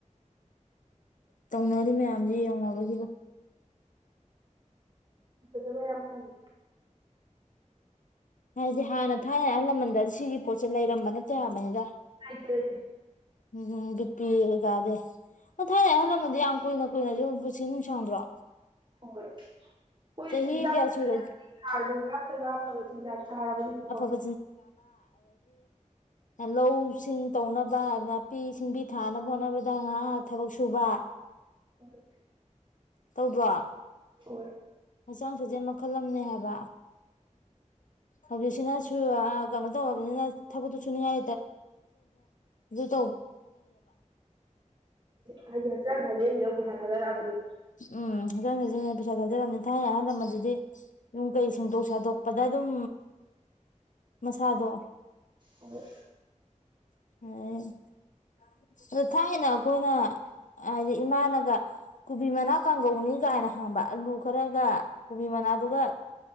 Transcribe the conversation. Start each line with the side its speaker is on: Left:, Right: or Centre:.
Left: ꯇꯧꯅꯔꯗꯤ ꯃꯌꯥꯝꯁꯦ ꯌꯦꯡꯉꯅꯕꯒꯤꯕꯨ
Right: ꯑꯗꯨꯕ ꯍꯥꯇꯥꯦ
Left: ꯍꯥꯏꯗꯤ ꯍꯥꯟꯅ ꯊꯥꯏꯅ ꯑꯍꯜ ꯂꯃꯟꯗ ꯁꯤꯒꯤ ꯄꯣꯠꯁꯦ ꯂꯩꯔꯝꯕ ꯅꯠꯇꯦ ꯌꯥꯕꯅꯤꯗ
Right: ꯀꯥꯏ ꯆꯂꯦ
Left: ꯎꯝꯝ ꯕꯤꯄꯤ ꯀꯀꯥꯗꯦ ꯑ ꯊꯥꯏꯅꯩ ꯑꯍꯜ ꯂꯃꯟꯗꯤ ꯌꯥꯝ ꯀꯨꯏꯅ ꯀꯨꯏꯅꯗꯤ ꯑꯗꯨ ꯄꯨꯁꯤ ꯅꯨꯡꯁꯪꯗ꯭ꯔꯣ
Right: ꯍꯣꯏ ꯍꯣꯏ
Left: ꯆꯍꯤ
Right: ꯆꯤꯟꯖꯥꯛ
Left: ꯀꯌꯥ ꯁꯨꯔꯦ
Right: ꯍꯥꯔꯗꯨ ꯉꯇꯒ ꯑꯐꯕ ꯆꯤꯟꯖꯥꯛ ꯆꯥꯔꯕꯅꯤꯅꯀꯣ
Left: ꯑꯐꯕ ꯂꯧꯁꯤꯡ ꯇꯧꯅꯕꯅ ꯅꯥꯄꯤ ꯁꯤꯡꯕꯤ ꯊꯥꯅꯕ ꯍꯣꯠꯅꯕꯗ ꯉꯥꯏꯍꯥꯛ ꯊꯕꯛ ꯁꯨꯕ
Right: ꯍꯣꯏ
Left: ꯇꯧꯗ꯭ꯔꯣ
Right: ꯍ
Left: ꯍꯛꯆꯥꯡ ꯁꯥꯖꯦꯜ ꯃꯈꯜ ꯑꯃꯅꯦ ꯍꯥꯏꯕ ꯑ ꯁꯤ ꯅꯁꯨ ꯕꯅꯤꯅ ꯊꯕꯛꯛꯇꯁꯨꯨꯅꯤꯡꯉꯥꯏ ꯔꯣ
Right: ꯍꯥꯏ ꯍꯥꯆ ꯅ ꯄꯆꯠ ꯍꯔꯥꯕꯗꯤ
Left: ꯎꯝ ꯍꯖ ꯍꯖꯤ ꯄꯩꯁꯥ ꯊꯥꯖꯔꯂꯝꯅꯤ ꯊꯥꯏꯅ ꯑꯍꯜ ꯂꯃꯗꯨꯗꯤ ꯌꯨꯝ ꯀꯩ ꯁꯦꯡꯗꯣꯛ ꯁꯥꯗꯣꯛ ꯑꯗ ꯑꯗꯨꯝ ꯃꯁꯥꯗꯣ
Right: ꯑꯣ
Left: ꯑ ꯑꯗꯣ ꯊꯥꯏꯅ ꯑꯩꯈꯣꯏꯅ ꯍꯥꯏꯗꯤ ꯏꯃꯥꯅꯒ ꯀꯣꯕꯤ ꯃꯅꯥ ꯀꯥꯡꯒꯧꯅꯤ ꯀꯥꯏꯅ ꯍꯪꯕ ꯑꯂꯨ ꯈꯔꯒ ꯀꯣꯕꯤ ꯃꯅꯥꯗꯨꯒ